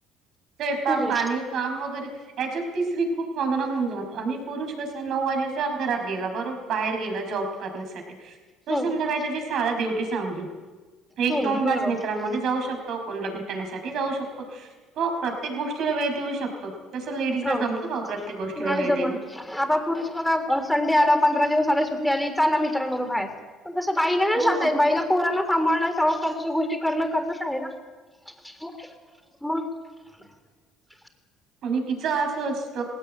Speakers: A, on the right (about 60°); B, in the centre.
A: ते प
B: हम्म
A: पाणी काम वगैरे याच्यात स्त्री खूप मग्न होऊन जात आणि पुरुष कसा नऊ वाजेच्या घरात गेला बरो बाहेर गेला जॉब करण्यासाठी तो
B: हम्म
A: संध्याकाळी आहे त्याची सहाला ड्युटी सपंली एक
B: हम्म
A: दोन
B: बरोबर
A: तास मित्रांमध्ये जाऊ शकत तो कोणला भेटण्यासाठी जाऊ शकतो तो गोष्टीला वेळ देऊ शकतो तसं लेडीजला
B: हो
A: जमतं का ओ प्रत्येक गोष्टीला
B: नाही
A: वेळ
B: जमत
A: देणं?
B: आता पुरुष बघा संडे आला पंधरा दिवस आला सुट्टी आली चला मित्रांबरोबर बाहेर. तसं बाईला नाही
A: हो,
B: जातय बाईला पोरांना सांभाळण संसारच्या गोष्टी करण करणच आहे ना. हो मग अ <unintelligible>
A: आणि तिचं असं असत